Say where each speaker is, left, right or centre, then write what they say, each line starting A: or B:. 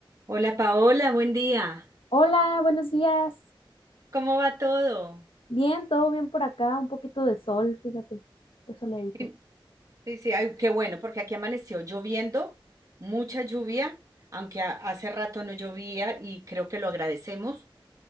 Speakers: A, on the right; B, on the left.
A: Hola Paola, buen día.
B: Hola, buenos días.
A: ¿Cómo va todo?
B: Bien, todo bien por acá, un poquito de sol, fíjate, de soleadito.
A: Y- Sí, sí, ay, qué bueno, porque aquí amaneció lloviendo, mucha lluvia, aunque ha- hace rato no llovía y creo que lo agradecemos,